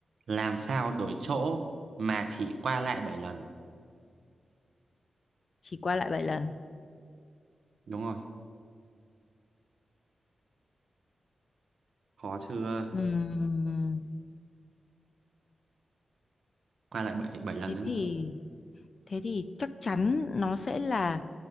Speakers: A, on the right; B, on the left.
A: làm sao đổi chỗ mà chỉ qua lại bảy lần
B: chỉ qua lại bảy lần
A: đúng rồi khó chưa
B: Ừm,
A: qua lại bảy bảy lần
B: thế
A: nữa nhá
B: thì thế thì chắc chắn nó sẽ là